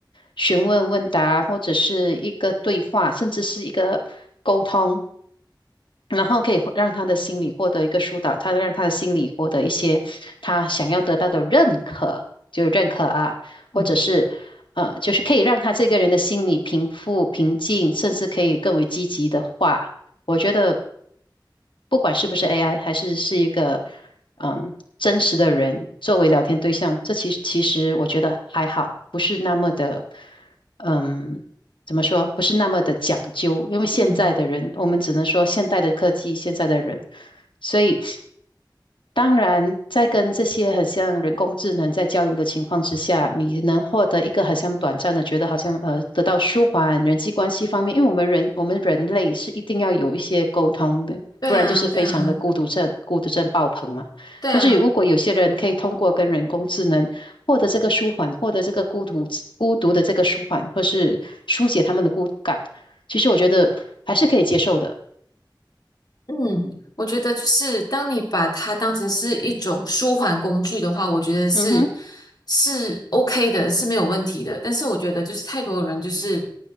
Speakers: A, on the left; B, on the left.
A: 询问问答，或者是一个对话，甚至是一个沟通。然后可以获让他的心理获得一个疏导，他让他的心理获得一些他想要得到的认可，就是认可啊，
B: 嗯
A: 或者是呃，就是可以让他这个人的心理平复、平静，甚至可以更为积极的话，我觉得不管是不是 AI，还是是一个嗯真实的人作为聊天对象，这其实其实我觉得还好，不是那么的嗯怎么说，不是那么的讲究，因为现在的人，
B: 嗯，
A: 我们只能说现代的科技，现在的人，所以当然，在跟这些很像人工智能在交流的情况之下，你能获得一个很像短暂的，觉得好像呃得到舒缓人际关系方面，因为我们人我们人类是一定要有一些沟通的，
B: 对啊，
A: 不然就是非常的孤独症，
B: 对啊，
A: 孤独症爆棚嘛。
B: 对啊。
A: 但是如果有些人可以通过跟人工智能获得这个舒缓，获得这个孤独孤独的这个舒缓，或是疏解他们的孤感，其实我觉得还是可以接受的。
B: 嗯，我觉得就是当你把它当成是一种舒缓工具的话，我觉得是
A: 嗯哼，
B: 是 OK 的，是没有问题的。但是我觉得就是太多人就是